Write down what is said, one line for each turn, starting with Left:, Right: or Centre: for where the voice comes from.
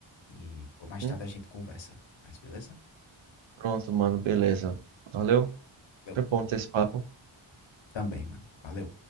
Left: e mais
Right: Hum,
Left: tarde a gente conversa. Mas beleza?
Right: Pronto, mano, beleza. Valeu.
Left: Valeu.
Right: foi bom ter esse papo.
Left: Também, mano. Valeu.